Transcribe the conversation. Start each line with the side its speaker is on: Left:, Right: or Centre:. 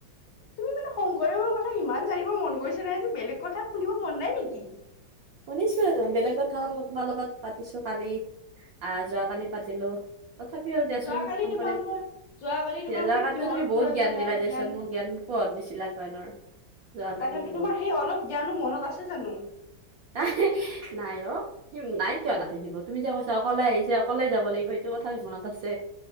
Left: তুমি মানে শংকৰদেৱৰ কথা ইমান জানিব মন গৈছে নে আজি, বেলেগ কথা শুনিব মন নাই নেকি?
Right: শুনিছো আৰু বেলেগ কথাও তোমাৰ লগত পাতিছো কালি আহ যোৱাকালি পাতিলো তথা দিয়াচোন
Left: যোৱাকালি
Right: শংকৰদেৱ,
Left: তোমাক মই যোৱাকালি তোমাক
Right: জগাতো
Left: মই কিহৰ
Right: তুমি
Left: ওপৰত
Right: বহুত জ্ঞান
Left: মানে
Right: দিলা
Left: অলপ
Right: দিয়াচোন
Left: জ্ঞান
Right: মোক জ্ঞান <unintelligible> যোৱাকালি
Left: তাকেতো
Right: বহুত
Left: তোমাৰ সেই অলপ জ্ঞানো মনত আছে জানো?
Right: নাই নাই অ নাই কিয় নাথাকিব তুমি যে কৈছা অকলে আহিছা অকলে যাব লাগিব, সেইটো কথা মনত আছে।